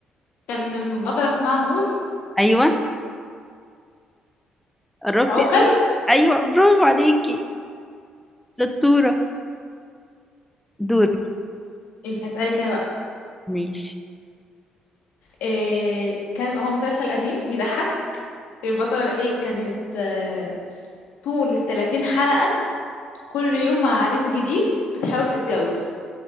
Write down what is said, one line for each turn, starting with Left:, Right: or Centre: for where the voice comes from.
Left: كان بطل اسمها نور
Centre: أيوة قربتي
Left: عوكل
Centre: أوي. أيوة برافو عليكي شطورة دور
Left: مش هسألك انا بقى
Centre: ماشي
Left: إيه، كان هو مسلسل قديم بيضحك البطلة ايه كانت آه، طول التلاتين حلقة كل يوم مع عريس جديد بتحاول تتجوز